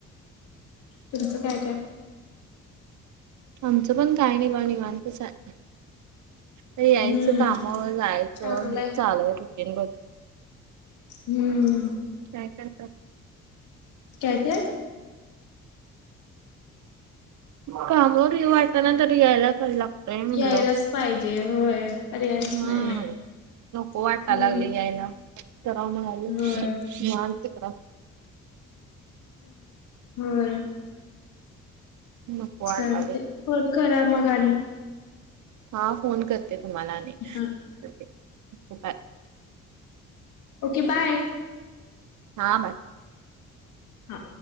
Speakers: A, on the left (about 80°); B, on the right (about 75°).
A: तुमचं काय काय?
B: आमचं पण काय नाही बघा निवांतच आहे. तर यायचं
A: हम्म.
B: कामवर जायचं
A: चांगलंय.
B: हे चालूय रुटीन बघ.
A: हम्म.
B: <unintelligible>
A: काय ये?
B: कामावर येऊ वाटना तरी यायलाचय लागतय म्हणल.
A: यायलाच पाहिजे होय. पर्यायच
B: हा
A: नाही
B: नको वाटाय
A: हम्म
B: लागलंय यायला. कराव म्हणालोय.
A: होय
B: माल तिकडं हाय.
A: होय.
B: नको वाटालय
A: चालतंय फोन करा मग आणि.
B: हा फोन करते तुम्हाला आणि
A: हा
B: ओके बाय.
A: Okay bye.
B: हा बाय.
A: हा.